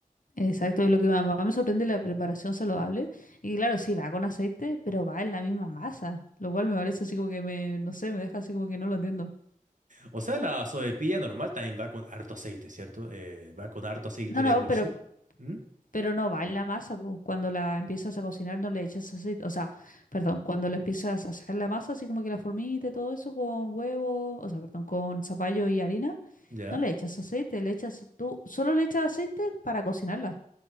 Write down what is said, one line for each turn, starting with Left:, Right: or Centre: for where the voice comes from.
Left: Exacto, y lo que mi mamá me sorprende es la preparación saludable. Y claro, sí, va con aceite, pero va en la misma masa, lo cual me parece así como que me, no sé, me deja así como que no lo entiendo.
Right: O sea, la sobrepilla normal también va con harto aceite, ¿cierto? Eh, va con harto aceite
Left: No, no,
Right: de por
Left: pero,
Right: sí. ¿Mm?
Left: pero no va en la masa, po. Cuando la empiezas a cocinar no le echas aceite, o sea, perdón, cuando le empiezas a hacer la masa, así como que la formita y todo eso con huevo, o sea, perdón, con zapallo y harina,
Right: ¿Ya?
Left: no le echas aceite, le echas tú, solo le echas aceite para cocinarla.